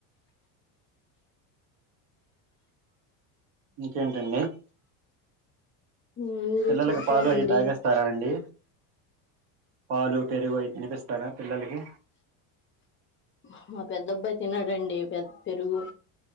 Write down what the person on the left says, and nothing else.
ఉంది
చెప్పాలండి
మా మా పెద్ద అబ్బాయి తినడండి పెద్ పెరుగు